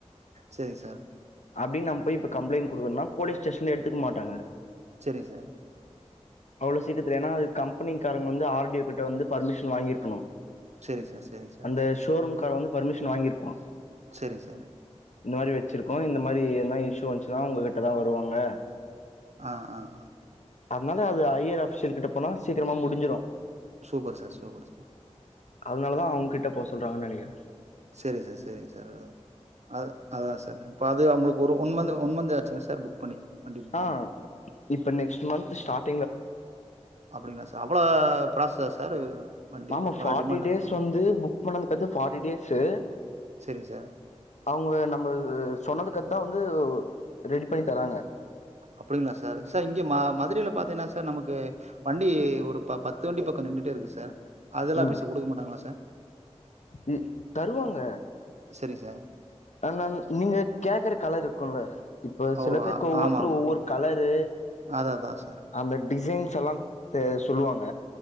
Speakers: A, on the right; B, on the left.
A: செரிங்க சார்
B: அப்டினு நம்ம போய் கம்ளைண் குடுறதுனா போலீஸ் ஸ்டேசன்லே எடுத்துக்க மாட்டாங்க
A: செரிங்க சார்
B: அவ்ளோ சீக்கிரத்தில ஏனா கம்பெனிக்காரவங்க வந்து ஆர்டியோ கிட்ட வந்து பர்மிஷ் வாங்கியிருக்கணு
A: சேரிங் சார் சேரிங் சார்
B: அந்த ஷோரூம்கார வந்து பர்மிஷன் வாங்கியிருப்பா
A: செரிங்க சார்
B: இந்த மாரி வச்சிருக்கோ இந்த மாரி எதுனா இஷ்யூ வன்ச்சுனா உங்ககிட்டதா வருவாங்க
A: ஆஹ் ஆஹ்
B: அதனால அது ஐ அர் அஃபிசியல் கிட்ட போனா சீக்கிரமா முடிஞ்சிடு
A: சூப்பர் சார் சூப்பர் சார்
B: அதனாலதா அவங்கிட்ட போ சொல்றாங்கனு நெனைக்கிறே
A: செரிங்க சார் செரிங்க சார் அ அத சார் இப்போ அது அவங்ளுக்கு ஒரு ஒன் மந்த் ஒன் மந்த் ஆச்சா சார் புக் பண்ணி வண்டி புக்
B: ஆஹ்
A: பண்ணி
B: இப்ப நெக்ஸ்ட் மந்த் ஸ்டாட்
A: அப்டிங்களா சார் அவ்ளோ ப்ராசஸ் சார் வண்டி
B: ஆமா
A: அவ்வளோ
B: ஃபாட்டி
A: டிமாண்டு
B: டேஸ் வந்து புக் பண்ணதுக்கத்து பாட்டி டேஸ்சு
A: சரிங்க சார்
B: அவங்க நம்ம சொன்னதுக் கு தா வந்து ரெடி பண்ணி தராங்க
A: அப்டிங்களா சார் சார் இங்க மதுரயில பாத்தீங்கன்னா சார் நமக்கு வண்டி ஒரு பத்து வண்டி பக்கோ நி ன்னுடே இருக்கு சார் அதெல்லா
B: ம்
A: எப்டி சார் குடுக்க மாட்டாங்களா சார்
B: இ தருவாங்க
A: சரிங்க சார்
B: ஆ நன் நீங்க கேக்குற கலர் இருக்குல்ல இப்போ
A: ஓ
B: சில பேருக்கு ஒவ்வொருத்தரு
A: ஆமா ஆமா
B: ஒவ்வொரு கலரு
A: அதான் அதான் சார்
B: அந்த டிசைன்ஸ்லா தே சொல்லுவாங்க